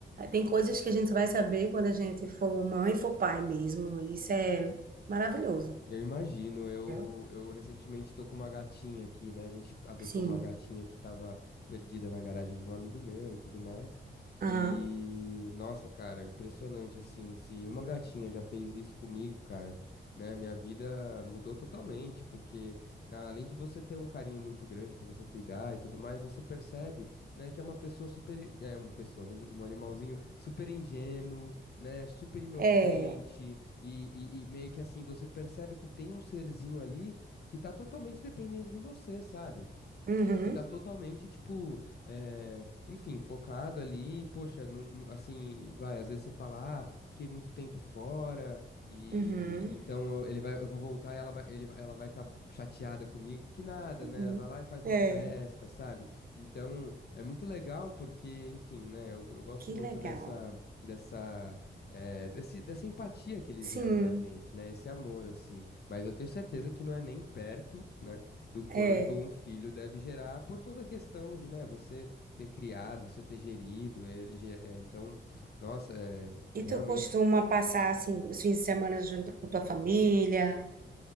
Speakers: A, on the right; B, on the left.
A: Tem coisas que a gente só vai saber quando a gente for mãe, for pai mesmo. Isso é maravilhoso,
B: Eu imagino, eu,
A: entendeu?
B: eu recentemente tô com uma gatinha aqui, né? A gente adotou
A: Sim.
B: uma gatinha que tava perdida na garagem de um amigo meu e tudo mais.
A: Aham.
B: E, nossa, cara, impressionante assim. Se uma gatinha já fez isso comigo, cara, né? Minha vida mudou totalmente, porque ah, além de você ter um carinho muito grande pra você cuidar e tudo mais, você percebe, né, que é uma pessoa super, é uma pessoa, um, um animalzinho super ingênuo, né? Super inocente
A: É.
B: e, e- e meio que assim, você percebe que tem um serzinho ali que tá totalmente dependendo de você, sabe?
A: Uhum.
B: que tá totalmente, tipo, eh, enfim, focado ali, poxa, num- num- assim, vai, às vezes você fala, ah, fiquei muito tempo fora, e
A: Uhum.
B: então eu- ele vai, eu vou voltar e ela vai, ele, vai- ela vai estar chateada comigo, que nada,
A: Uhum.
B: né? Vai lá e faz uma
A: É.
B: festa, sabe? Então, é muito legal porque, enfim, né, eu, eu gosto
A: Que
B: muito
A: legal.
B: dessa. Dessa, eh, desse, dessa empatia que eles
A: Sim.
B: geram na gente, né? Esse amor, assim. Mas eu tenho certeza que não é nem perto, né? do quanto
A: É.
B: um filho deve gerar por toda a questão de, né, você ter criado, você ter gerido ele. ge- é, então, nossa, é,
A: E
B: é realmente
A: tu costuma passar assim os fins de semana junto com tua família